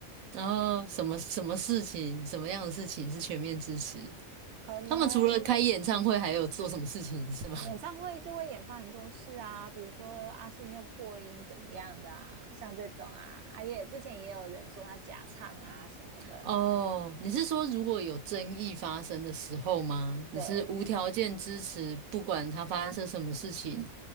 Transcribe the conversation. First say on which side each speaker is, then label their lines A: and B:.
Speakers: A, on the right (about 85°); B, on the right (about 65°).
A: 然后什么什么事情，什么样的事情是全面支持？
B: 可能
A: 他们除了开演唱会，还有做什么事情是吗？
B: 演唱会就会演发很多事啊，
A: <laughs>
B: 比如说阿信又破音怎么样的啊，像这种啊，阿也之前也有人说他假唱啊什么的，
A: 哦，你是说如果有争议发生的时候吗？
B: 对，
A: 你是无条件支持，不管他发生什么事情，